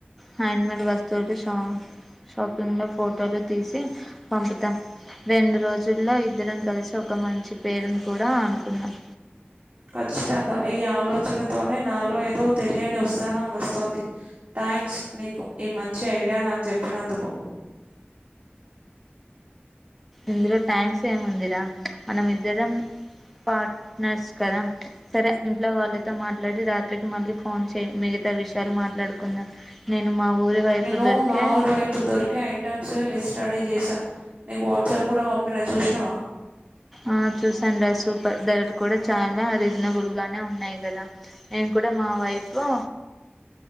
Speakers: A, in the centre; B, on the right.
A: హ్యాండ్మేడ్ వస్తువులు షా షాపింగ్ లో ఫొటోలు తీసి పంపుతా రెండు రోజుల్లో ఇద్దరం కలిసి ఒక మంచి పేరును కూడా అనుకున్నాం
B: ఖచ్చితంగా ఈ ఆలోచనతోనే నాలో ఏదో తెలియని ఉత్సాహం వస్తోంది థ్యాంక్స్ నీకు ఈ మంచి ఐడియా నాకు చెప్పినందుకు
A: ఇందులో థ్యాంక్స్ ఏముందిరా మనం ఇద్దరం పార్ట్నర్స్ కదా సరే ఇంట్లో వాళ్ళతో మాట్లాడి రాత్రికి మళ్ళీ ఫోన్ చెయ్ మీ మిగతా విషయాలు మాట్లాడుకుందాం నేను మా ఊరి వైపు
B: నేను
A: దొరికే
B: మా ఊరి వైపు దొరికే ఐటమ్స్ లిస్ట్ రెడీ చేసా నీకు వాట్సాప్ కూడా పంపినా చూసినావ
A: ఆ చూసానురా సూపర్ ధరలు కూడా చాలా రీజనబుల్ గానే ఉన్నాయి కదా నేను కూడా మా వైపులో